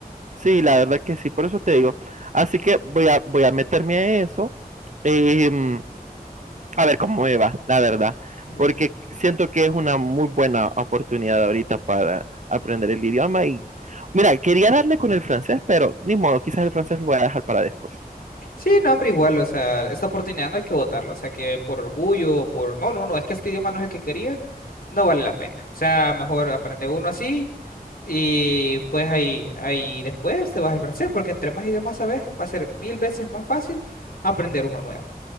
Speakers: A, on the right; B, on the left.
A: Sí, la verdad que sí, por eso te digo. Así que voy a, voy a meterme a eso, em, a ver cómo me va, la verdad,
B: Ujú.
A: porque siento que es una muy buena oportunidad ahorita para aprender el idioma y mira, quería darle con el francés, pero ni modo, quizás el francés lo voy a dejar para después.
B: Sí, no, hombre, igual, o sea, esta oportunidad no hay que votarlo, o sea, que por orgullo, por... No, no, no, es que este idioma no es el que quería. no vale la pena. O sea, mejor aprende uno así y pues ahí, ahí después te vas al francés, porque entre más idiomas sabes, va a ser mil veces más fácil aprender uno nuevo.